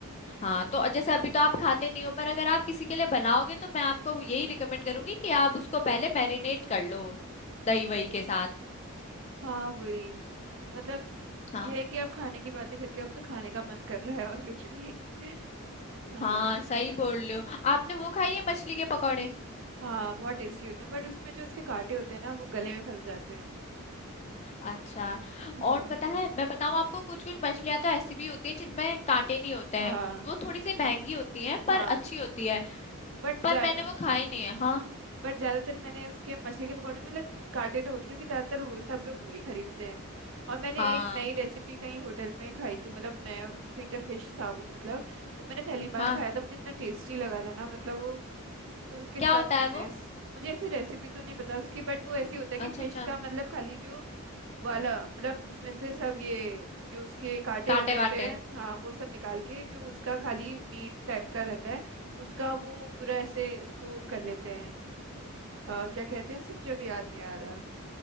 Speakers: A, on the left; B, on the right.
A: हाँ तो जैसे अभी तो आप खाते नहीं हो पर अगर आप किसी के लिए बनाओगे तो मैं आपको यही रिकमेंड करूंगी कि आप उसको पहले मैरिनेट कर लो दही वही के साथ
B: हाँ वही मतलब
A: हाँ
B: यह है कि अब खाने की बातें करके अब तो खाने का मन कर रहा है और कुछ नहीं <laughs> हाँ
A: हाँ सही बोल रहे हो आपने वो खाई है मछली के पकौड़े
B: हाँ बहुत टेस्टी होते हैं बट उसमें जो उसके कांटे होते हैं ना वो गले में फंस जाते हैं
A: अच्छा
B: हाँ
A: और पता है मैं बताऊं आपको कुछ कुछ मछलियां तो ऐसी भी होती हैं जिनमें कांटे नहीं होते हैं
B: हाँ
A: वो थोड़ी सी महंगी होती हैं पर
B: हाँ
A: अच्छी होती है
B: बट
A: पर
B: जा
A: मैंने वो
B: हाँ
A: खाई नहीं है हाँ
B: बट ज्यादातर मैंने उसके मछली के पकौड़े में मतलब कांटे तो होते क्योंकि ज्यादातर वो सब लोग वही खरीदते हैं और मैंने
A: हाँ
B: एक नई रेसिपी कहीं होटल में खाई थी मतलब नया फिंगर फिश था वो मतलब वो मैंने पहली बार
A: हाँ
B: खाया था मुझे इतना टेस्टी लगा था ना मतलब वो तो उसके
A: क्या
B: साथ
A: होता
B: म्योनेस
A: है वो
B: मुझे ऐसी रेसिपी तो नहीं पता उसकी बट वो ऐसी होता है कि
A: अच्छा
B: फिश
A: अच्छा
B: का मतलब खाली जो वाला मतलब उसमें से सब ये जो उसके कांटे
A: कांटे
B: वगैरह
A: वाटे
B: होते हैं हाँ वो सब निकाल के जो उसका खाली मीट टाइप का रहता है उसका वो पूरा ऐसे उसको कर लेते हैं अ, क्या कहते हैं उसे मुझे अभी याद नहीं आ रहा